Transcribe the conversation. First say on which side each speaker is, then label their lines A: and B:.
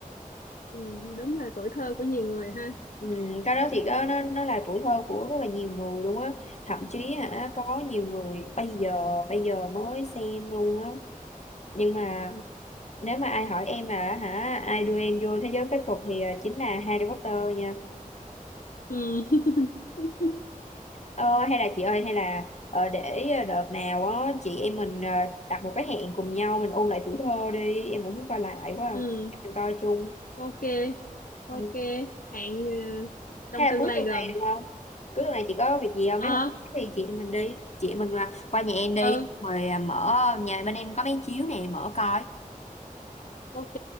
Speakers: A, on the left; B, on the left.
A: ừ, đúng là tuổi thơ của nhiều người ha
B: Ừ, cái đó thì có, nó nó là tuổi thơ của rất là nhiều người luôn á thậm chí hả có nhiều người bây giờ bây giờ mới xem luôn á nhưng mà
A: ừ,
B: nếu mà ai hỏi em là hả ai đưa em vô thế giới phép thuật thì ờ, chính là Harry Potter nha
A: ừ, <laughs>
B: ờ, hay là chị ơi hay là ờ, để ờ, đợt nào á chị em mình ờ, đặt một cái hẹn cùng nhau mình ôn lại tuổi thơ đi em cũng muốn coi lại quá à.
A: ừ,
B: mình coi chung
A: ok ok
B: Ừ.
A: hẹn ờ, trong
B: hay là
A: tương
B: cuối
A: lai
B: tuần
A: gần
B: này được không cuối tuần này chị có việc gì không
A: ờ
B: nếu không có thì chị em mình đi chị em mình qua, qua nhà em đi
A: ừ
B: rồi à, mở nhà bên em có mấy chiếu nè mở coi
A: ok